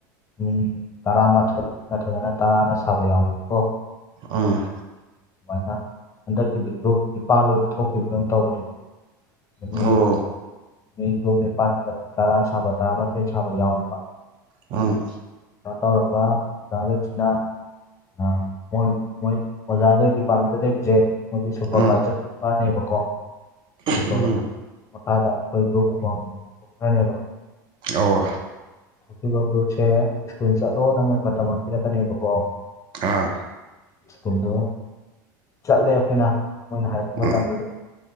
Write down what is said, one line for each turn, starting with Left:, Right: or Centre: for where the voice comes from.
Left: ꯃꯤ ꯇꯔꯥꯃꯥꯊꯣꯏ ꯅꯠꯇ꯭ꯔꯒꯅ ꯇꯔꯥꯅ ꯁꯥꯕ ꯌꯥꯎꯋꯦꯕꯀꯣ
Right: ꯎꯝ
Left: ꯑꯗꯨꯃꯥꯏꯅ ꯍꯟꯗꯛꯀꯤꯗꯤ ꯒ꯭ꯔꯨꯞ ꯅꯤꯄꯥꯜ ꯑꯣꯏꯅ ꯊꯣꯛꯈꯤꯕꯗꯧ ꯇꯧꯕꯅꯦꯕ ꯃꯤ
Right: ꯑꯣ
Left: ꯃꯤ ꯒ꯭ꯔꯨꯞ ꯅꯤꯄꯥꯜꯁꯤꯗ ꯃꯤ ꯇꯔꯥꯅ ꯁꯥꯕ ꯇꯔꯥꯃꯥꯊꯣꯏꯅ ꯁꯥꯕ ꯌꯥꯎꯋꯦꯕ
Right: ꯎꯝ
Left: ꯅꯣ ꯇꯧꯔꯒ ꯑꯣꯖꯥꯒꯩꯁꯤꯅ ꯑ ꯃꯣꯏ ꯃꯣꯏ ꯑꯣꯖꯥꯉꯩ ꯗꯤꯄꯥꯔꯠꯃꯦꯟꯗ ꯂꯩꯕꯁꯦ ꯃꯣꯏꯒꯤ ꯁꯨꯄꯔꯚꯥꯏꯖꯔ
Right: ꯎꯝ
Left: <unintelligible> ꯁꯨꯄꯔꯚꯥꯏ
Right: ꯎꯝ
Left: ꯃꯈꯥꯗ ꯑꯩꯈꯣꯏ ꯒ꯭ꯔꯨꯞ ꯑꯃꯃꯝ <unintelligible>
Right: ꯑꯣ
Left: ꯑꯗꯨꯒꯥ ꯒ꯭ꯔꯨꯞꯁꯦ ꯁ꯭ꯀꯨꯜ ꯆꯠꯂꯣꯅ ꯃꯣꯏ ꯃꯇꯝ ꯑꯃ ꯄꯤꯔꯛꯀꯅꯦꯕꯀꯣ
Right: ꯑ
Left: ꯁ꯭ꯀꯨꯜꯗꯣ ꯆꯠꯂꯦ ꯑꯩꯈꯣꯏꯅ ꯃꯣꯏꯅ ꯍꯥꯏꯔꯛꯄ
Right: ꯎꯝ
Left: ꯃꯇꯝꯗꯨꯗ